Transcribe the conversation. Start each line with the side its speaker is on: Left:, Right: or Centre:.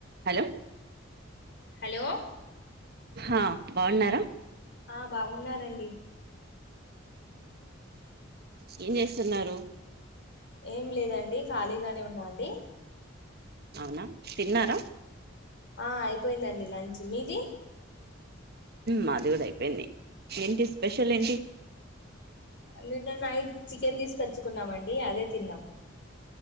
Right: Hello
Left: hello
Right: హా బాగున్నారా
Left: ఆ బాగున్నానండి
Right: ఏం చేస్తున్నారు
Left: ఏం లేదండి ఖాళీగానే ఉన్నాండి
Right: అవునా తిన్నారా
Left: ఆ అయిపోయిందండి లంచ్ మీది
Right: మాది కూడా అయిపోయింది ఏంటి స్పెషల్ ఏంటి
Left: నిన్న నైట్ చికెన్ తీసుకొచ్చుకున్నామ అండి అదే తిన్నాం